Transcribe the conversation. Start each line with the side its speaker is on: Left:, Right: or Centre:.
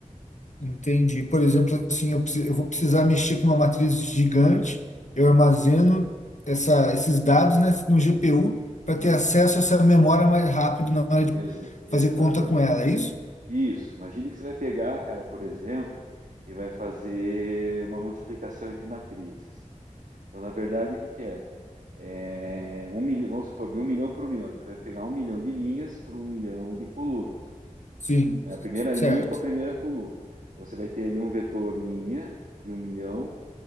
Left: entendi. Por exemplo, assim, eu, preci- eu vou precisar mexer com uma matriz gigante, eu armazeno
Right: I-
Left: essa, esses dados, né, no GPU para
Right: Isso,
Left: ter acesso a essa memória mais rápido na hora
Right: Ex-
Left: de
Right: exatamente.
Left: fazer conta com ela, é isso?
Right: Isso. Imagine que você vai pegar, cara, por exemplo, e vai fazer uma multiplicação entre matrizes. Então, na verdade, o que que é? É um milhão, vamos supor, de um milhão por um milhão. Você vai pegar um milhão de linhas por um milhão de colunas.
Left: Sim,
Right: É a primeira
Left: certo,
Right: linha com a primeira coluna. Então, você vai ter ali um vetor linha de um milhão